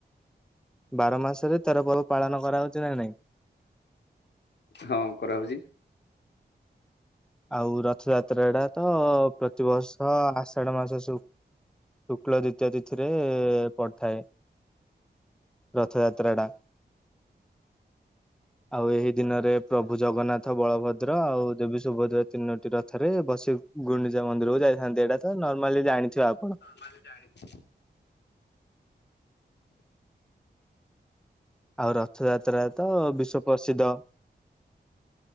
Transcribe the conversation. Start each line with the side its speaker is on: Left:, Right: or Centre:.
Centre: ବାର ମାସରେ ତେର ପର୍ବ ପାଳନ କରାହଉଛି ନା ନାଇଁ?
Left: ହଁ କରାହଉଚି।
Centre: ଆଉ ରଥଯାତ୍ରା ଟା ତ ପ୍ରତିବର୍ଷ ଆଷାଢ ମାସ ଶୁ ଶୁକ୍ଳ ଦ୍ୱିତୀୟା ତିଥିରେ ପଡିଥାଏ ରଥଯାତ୍ରା ଟା। ଆଉ ଏହି ଦିନରେ ପ୍ରଭୁ ଜଗନ୍ନାଥ, ବଳଭଦ୍ର ଆଉ ଦେବୀ ସୁ ସୁଭଦ୍ରା ତିନୋଟି ରଥରେ ବସି ଗୁଣ୍ଡିଚା ମନ୍ଦିରକୁ ଯାଇଥାନ୍ତି, ଏଇଟା ତ ନର୍ମାଲି ଜାଣିଥିବେ ଆପଣ।
Left: ମେ ଜାଣି <unintelligible>
Centre: ଆଉ ରଥଯାତ୍ରା ତ ବିଶ୍ଵ ପ୍ରସିଦ୍ଧ।